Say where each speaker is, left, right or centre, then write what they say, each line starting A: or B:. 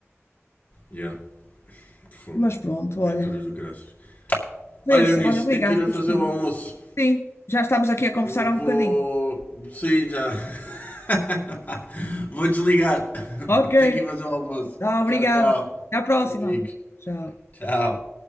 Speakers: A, on the left (about 40°); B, on the left (about 60°).
A: Yeah. Fogo.
B: Mas pronto,
A: Aventuras
B: olha.
A: do graças.
B: Foi
A: Olha
B: assim.
A: nisso,
B: Olha, obrigado
A: tenho que ir a
B: por
A: fazer
B: este bocadinho.
A: o almoço.
B: Sim, já estamos aqui a conversar
A: Vou.
B: há um bocadinho.
A: Sim, já. <laughs> Vou desligar. <laughs>
B: Ok,
A: Tenho que ir fazer o almoço.
B: tá, obrigada.
A: Tchau, tchau.
B: Até à próxima.
A: Amigos.
B: Tchau.
A: Tchau.